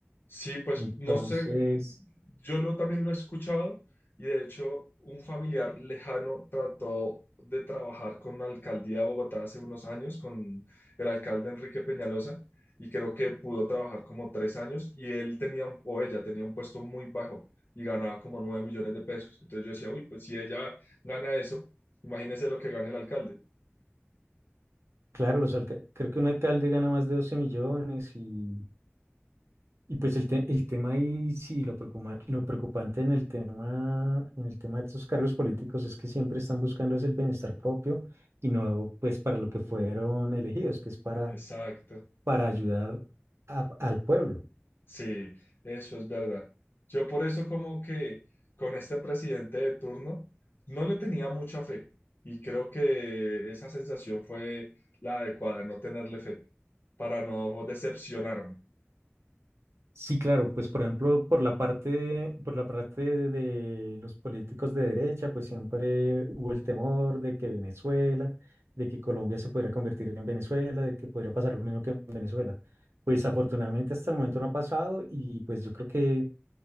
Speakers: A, on the left (about 50°); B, on the right (about 75°).
A: Sí, pues
B: Entonces,
A: no sé, yo lo, también lo he escuchado y de hecho un familiar lejano trató de trabajar con la alcaldía de Bogotá hace unos años, con el alcalde Enrique Peñalosa, y creo que pudo trabajar como tres años y él tenía, un- o ella tenía un puesto muy bajo y ganaba como nueve millones de pesos. Entonces yo decía, uy, pues si ella gana eso, imagínese lo que gana el alcalde.
B: claro, los alca- creo que un alcalde gana más de 12 millones y, y pues el, te- el tema ahí, sí, lo preocupa- lo preocupante en el tema, en el tema de estos cargos políticos es que siempre están buscando es el bienestar propio y no pues para lo que fueron elegidos, que es para,
A: Exacto.
B: para ayudar a- al pueblo.
A: Sí, eso es verdad. Yo por eso como que con este presidente de turno no le tenía mucha fe y creo que esa sensación fue la adecuada, no tenerle fe para no decepcionarme.
B: Sí, claro, pues por ejemplo, por la parte, por la parte de, de los políticos de derecha, pues siempre hubo el temor de que Venezuela, de que Colombia se podría convertir en Venezuela, de que podría pasar lo mismo que en Venezuela. Pues afortunadamente hasta el momento no ha pasado y pues yo creo que